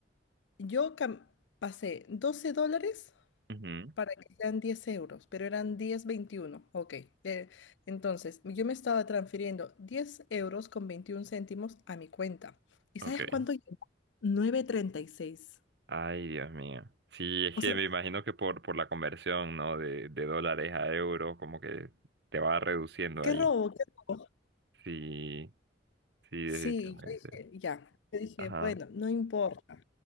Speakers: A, on the left (about 80°); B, on the right (about 65°).
A: yo cam- pasé 12 dólares.
B: Ujú.
A: Para que sean 10 euros, pero eran 10.21. Ok. Eh, entonces, yo me estaba transfiriendo 10 euros con 21 céntimos a mi cuenta. ¿Y
B: Ok.
A: sabes cuánto llegó? nueve treinta y seis.
B: Ay, Dios mío. Sí, es
A: O
B: que
A: sea,
B: me imagino que por, por la conversión, ¿no? De, de dólares a euros, como que te va reduciendo
A: qué
B: ahí.
A: robo, qué robo.
B: Sí, sí,
A: Sí,
B: definitivamente.
A: yo dije, ya. Yo dije,
B: Ajá.
A: bueno, no importa.